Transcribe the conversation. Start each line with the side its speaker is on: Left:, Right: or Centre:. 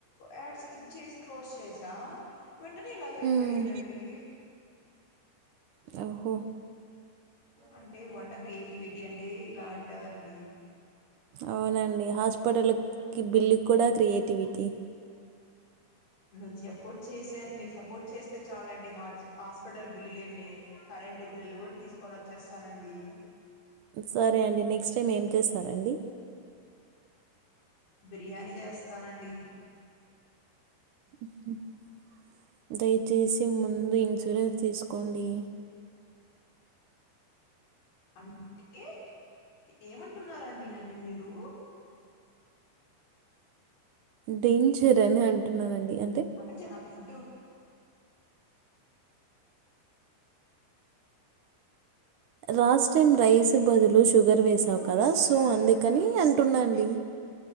Left: యాడ్ స్కిప్ చేసి. క్లోస్ సేసా వెంటనే ఇలాగైపోయిందండి.
Right: మ్మ్. ఆహు.
Left: అంటే వంట క్రియేటివిటీ అంటే ఇలా అంటాదండీ.
Right: అవునండి హాస్పిటల్కీ బిల్లు కూడా క్రియేటివిటీ.
Left: నువ్వు చెప్. పోర్ట్ చేసే మిరు సపోర్ట్ చేస్తె చాలండి హాట్స్ ఆస్పటల్ బిల్లులేండీ కరెంటు బిలులు గూడ తీ తీస్కొనొచ్చేస్తానండీ
Right: సరే అండి నెక్స్ట్ టైం ఏం చేస్తారండి
Left: బిర్యాని యేస్తానండి
Right: <inaudible> దయచేసి ముందు ఇన్సూరెన్స్ తీసుకోండీ
Left: అంటే ఏమంటున్నారండి నన్ను మిరూ
Right: డేంజరని అంటున్నానండి అంటే
Left: <unintelligible> ఫుడ్డు
Right: రాస్ టైమ్ రైస్ బదు లు షుగర్
Left: అంత డేంజర్
Right: వేసావ్
Left: గా అనిపిస్తదా
Right: కదా సో
Left: మీ
Right: అందుకనీ
Left: ఫుడ్
Right: అంటున్నా అండీ